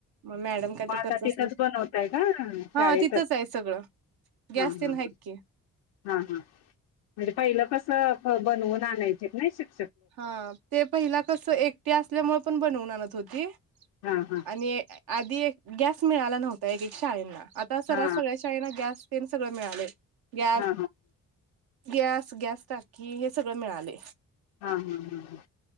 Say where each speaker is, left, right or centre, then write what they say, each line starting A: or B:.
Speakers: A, on the right; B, on the left.
A: मग मॅडम काहीतरी
B: मग आता
A: करत
B: तिथंच
A: असले
B: बनवतय का शाळेतच
A: हा तिथंच आहे सगळं गॅस
B: हा हा
A: तेन
B: ह
A: आहेत की
B: हा हा म्हणजे पहिला कस बनवून आणायच नाही श
A: हा ते पहिला कस एकटी असल्यामुळे पण बनवून आणत होती.
B: हा हा
A: आणि आधी एक गॅस मिळाला नव्हता एक एक शाळेना आता सर
B: हा
A: सगळ्या शाळेना गॅस पन सगळं मिळाले गॅस
B: हा हा
A: गॅस गॅस टाकी हे सगळं मिळालय.
B: हा हा हा हा!